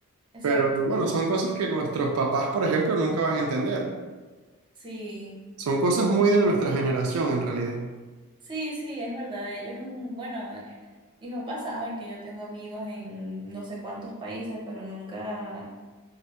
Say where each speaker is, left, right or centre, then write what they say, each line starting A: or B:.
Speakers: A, on the right (about 20°); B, on the right (about 75°).
A: Exacto.
B: Pero bueno, son cosas que nuestros papás, por ejemplo, nunca van a entender.
A: Sí,
B: Son cosas muy de nuestra generación en realidad.
A: sí, sí, es verdad. Ellos, mm, bueno, eh, mis papás saben que yo tengo amigos en no sé cuántos países, pero nunca,